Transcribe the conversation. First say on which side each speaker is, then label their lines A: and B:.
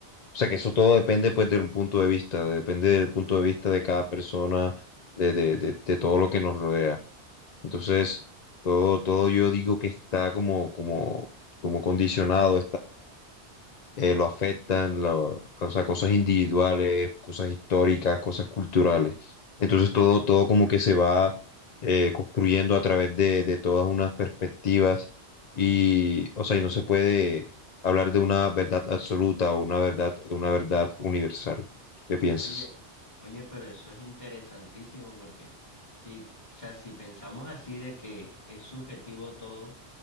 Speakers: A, on the left; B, on the left.
A: o sea, que eso todo depende pues de un punto de vista, depende del punto de vista de cada persona, de, de, de, de todo lo que nos rodea. Entonces, todo, todo yo digo que está como, como, como condicionado, eh, lo afectan, lo- o sea, cosas individuales, cosas históricas, cosas culturales. Entonces todo, todo como que se va eh, construyendo a través de, de todas unas perspectivas y, o sea, y no se puede hablar de una verdad absoluta o una verdad, una verdad universal. ¿Qué piensas?
B: Oye, oye, pero eso es interesantísimo porque si, o sea, si pensamos así de que es subjetivo todo, o